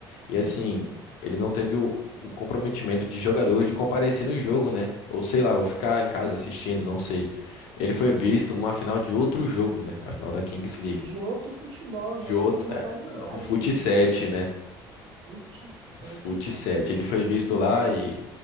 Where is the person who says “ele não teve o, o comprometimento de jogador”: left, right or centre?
Left